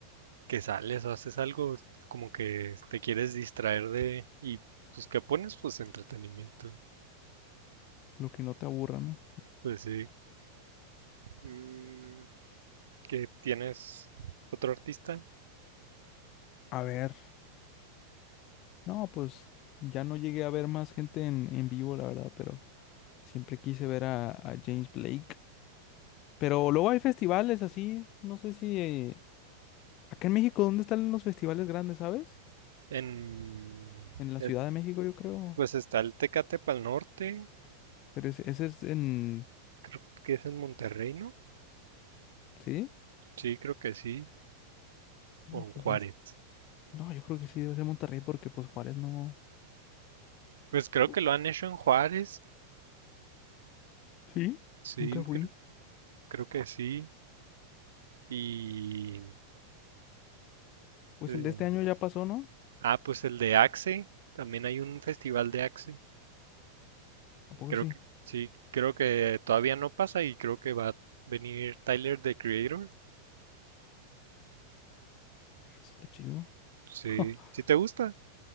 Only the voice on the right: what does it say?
que sales o haces algo, como que te quieres distraer de, y pues, ¿qué pones? Pues entretenimiento.
Pues sí. Mm, ¿Qué tienes otro artista?
En...
eh,
Pues está el Tecate Pal Norte,
creo que es en Monterrey, ¿no?
Sí, creo que sí.
O
en Juárez.
Pues creo
que lo han hecho en Juárez.
Sí,
creo, creo que sí. Y...
eh,
ah, pues el de Axe. También hay un festival de Axe.
Creo
que sí, creo que todavía no pasa y creo que va a venir Tyler, the Creator.
Sí,
si te gusta.